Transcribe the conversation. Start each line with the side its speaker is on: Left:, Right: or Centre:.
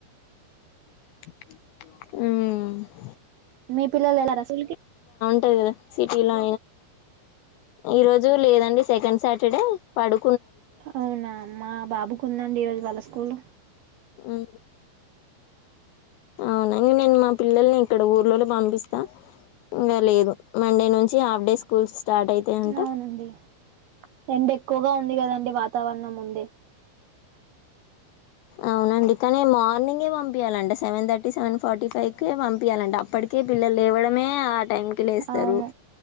Left: మ్మ్
Right: మీ పిల్లలు ఎల్లరా స్కూలుకి
Left: ఉంటాయి గదా సిటీలో ఈ రోజు లేదండి సెకండ్ సాటర్డే పడు
Right: అవునా మా బాబుకు ఉందన్ ఉంది ఈ రోజు వాళ్ళ స్కూలు
Left: ఉ మ్మ్ అవునా ఇంగ నేను మా పిల్లల్ని ఇక్కడ ఊర్లోలోనే పంపిస్తా ఇంగ లేదు మండే నుంచి హాఫ్ డే స్కూల్స్. స్టార్ట్ అయ్యతాయ్ అంట
Right: అవునండి ఎండ ఎక్కువగా ఉంది కదండి వాతావరణం ముందే
Left: అవునండి కానీ మార్నింగే పంపియాలంట సెవెన్ థర్టీ సెవెన్ ఫార్టీ ఫైవ్కే పంపింయలంట అప్పటికే పిల్లలు లేవడమే టైం కి లేస్తరు
Right: అవును